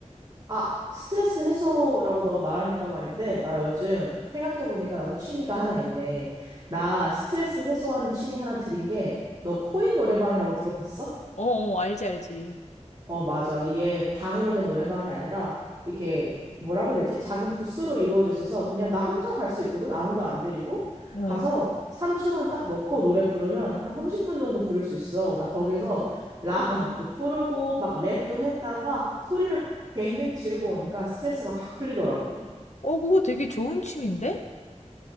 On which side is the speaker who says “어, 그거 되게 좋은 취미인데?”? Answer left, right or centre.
Left